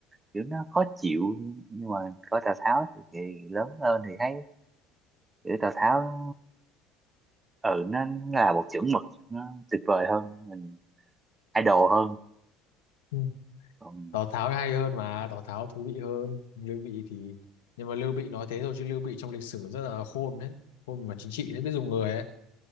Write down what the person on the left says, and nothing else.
ừ.
Tào Tháo hay hơn mà Tào Tháo thú vị hơn Lưu Bị thì nhưng mà Lưu Bị nói thế thôi chứ Lưu Bị trong lịch sử rất là khôn đấy khôn mà chính trị đấy biết dùng người ấy